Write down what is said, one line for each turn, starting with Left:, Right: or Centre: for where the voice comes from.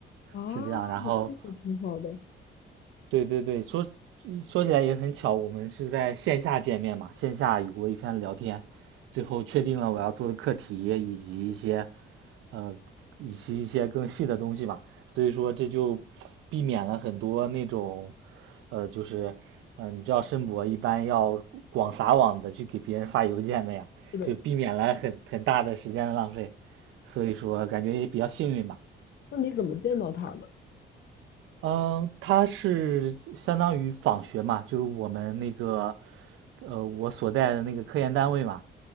Left: 啊，
Right: 是这样。然后，
Left: 这个挺好的。
Right: 对对对，说说起来也很巧，我们是在线下见面嘛，线下有过一番聊天，最后确定了我要做的课题以及一些，呃，以及一些更细的东西嘛，所以说这就避免了很多那种，呃，就是，呃，你知道申博一般要广撒网的去给别人发邮件的呀，
Left: 是的，
Right: 就避免了很很大的时间的浪费，所以说感觉也比较幸运吧。
Left: 那你怎么见到他的？
Right: 嗯，他是相当于访学嘛，就是我们那个，呃，我所在的那个科研单位嘛，